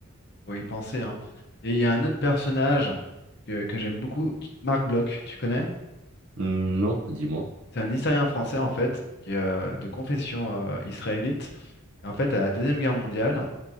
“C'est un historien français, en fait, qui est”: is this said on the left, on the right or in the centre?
Left